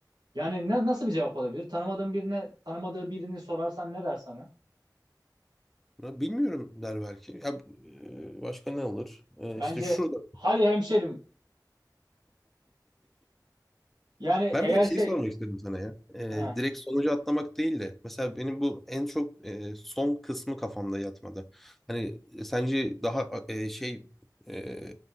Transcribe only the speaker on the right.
Yani ne, nasıl bir cevap olabilir? Tanımadığın birine tanımadığı birini sorarsan ne der sana?
Bence
hayır hemşerim. Yani
eğer
şey
he.